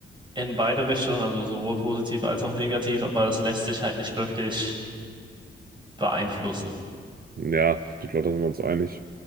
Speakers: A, on the right; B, on the right.
A: in beide Richtungen, also sowohl positiv als auch negativ, aber es lässt sich halt nicht wirklich beeinflussen.
B: Ja, ich glaube, da sind wir uns einig.